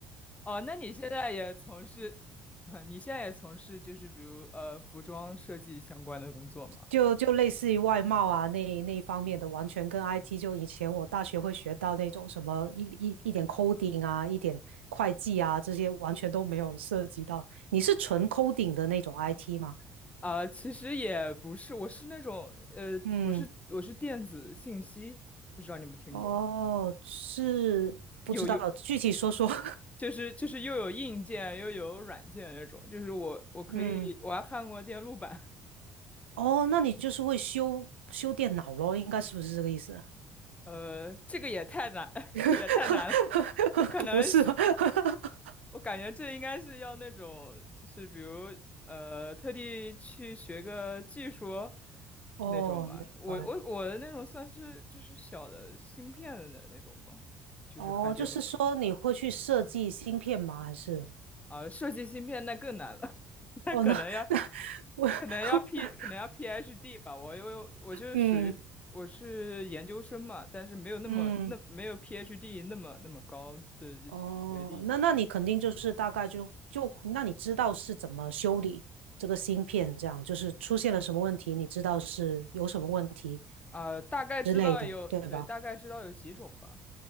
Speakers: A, on the left; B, on the right.
A: 哦，那你现在也从事，<laughs> 你现在也从事就是比如呃服装设计相关的工作吗？
B: 就就类似于外贸啊那那一方面的，完全跟 IT 就以前我大学会学到那种什么一一一点 coding 啊，一点会计啊这些完全都没有涉及到。你是纯 coding 的那种 IT 吗？
A: 啊、其实也不是，我是那种呃，
B: 嗯，
A: 我是我是电子信息，不知道你有没有听过？
B: 哦，是不知道，
A: 有有，
B: 具体说说。<laughs>
A: 就是就是又有硬件又有软件那种，就是我我可以我还焊过电路板，
B: 嗯，哦，那你就是会修修电脑咯，应该是不是这个意思啊？
A: <laughs> 呃，这个也太难 <laughs>
B: <laughs>
A: 也太难了，这可能是
B: 不是吧？<laughs>
A: 我感觉这应该是要那种，就是比如呃，特地去学个技术
B: 哦，
A: 那种吧。
B: 明白。
A: 我我我的那种算是就是小的芯片的那种吧，就是焊电路板
B: 哦，就是说你会去设计芯片吗？还是？
A: 啊。设计芯片那更难了，<laughs> 那可能要
B: 哦，那 <laughs> 那我 <laughs>
A: 可能要 P 可能要 PhD 吧。我因为我就是属于我是研究生嘛，
B: 嗯
A: 但是没有那么那没有
B: 嗯，
A: PhD 那么那么高的学历
B: 哦，那那你肯定就是大概就就那你知道是怎么修理这个芯片，这样就是出现了什么问题，你知道是有什么问题
A: 啊，大概知道有对，
B: 之类的，对吧？
A: 大概知道有几种吧。